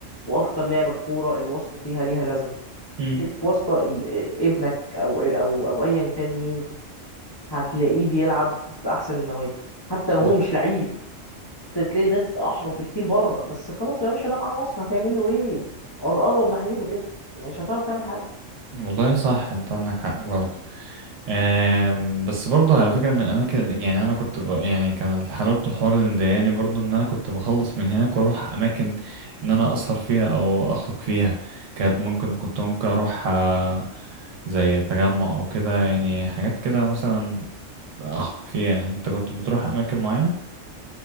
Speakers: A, on the left; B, on the right.
A: واكتر لعبه كوره الواسطه فيها ليها لازمه
B: امم
A: ليك واسطه ال- ابنك او او او ايا كان مين هتلاقيه بيلعب في احسن النوادي حتى
B: صح
A: لو هو مش لعيب تلاقي ناس احرف بكتير بره بس خلاص يا باشا ده معاه وصل هتعمل له ايه قر- قرب ناحيته كده مش هتعرف تعمل حاجه
B: والله صح انت عندك حق برضه آم، بس برضه على فكرة من الأماكن يعني أنا كنت ب... يعني كان حلاوة الحوار اللي مضايقاني برضه إن أنا كنت بخلص من هناك وأروح أماكن إن أنا أسهر فيها أو أخرج فيها كانت ممكن كنت ممكن أروح آه، زي تجمع أو كده يعني حاجات كده مثلا أخرج فيها أنت كنت بتروح أماكن معينة؟